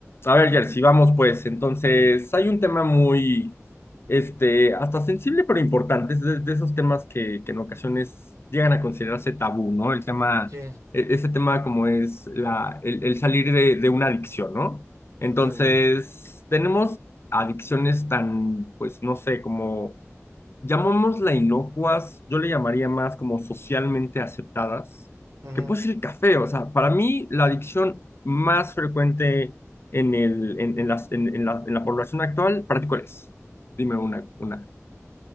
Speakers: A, on the left; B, on the right.
A: A ver, Jersey, vamos pues. Entonces,
B: Dime.
A: hay un tema muy, este, hasta sensible, pero importante. Es de, de esos temas que, que en ocasiones llegan a considerarse tabú, ¿no? El tema,
B: Sí,
A: e- ese tema como es la, el, el salir de, de una adicción, ¿no? Entonces,
B: totalmente.
A: tenemos adicciones tan, pues, no sé, como llamémosla inocuas, yo le llamaría más como socialmente aceptadas,
B: Ujú.
A: que puede ser el café. O sea, para mí la adicción más frecuente en, el, en, en las, en, en la, en la población actual, ¿para ti cuál es? Dime una, una,